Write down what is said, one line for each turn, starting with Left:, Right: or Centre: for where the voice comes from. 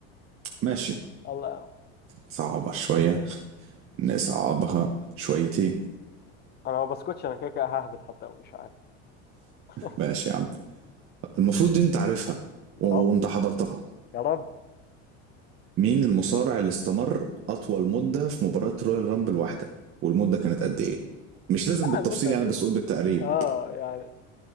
Right: ماشي
Left: الله
Right: صعبة شوية نصعبها شويتين
Left: أنا ما بسكتش أنا كده كده ههبط حتى لو مش عارف <laughs>
Right: ماشي يا عم المفروض دي انت عارفها و-
Left: يا رب
Right: وانت حضرتها
Left: يا رب
Right: مين المصارع اللي استمر أطول مدة في مباراة رويال رامبل واحدة والمدة كانت قد إيه مش لازم
Left: لا
Right: بالتفصيل
Left: المدة
Right: يعني
Left: قد إيه
Right: بس قول بالتقريب
Left: أه يعني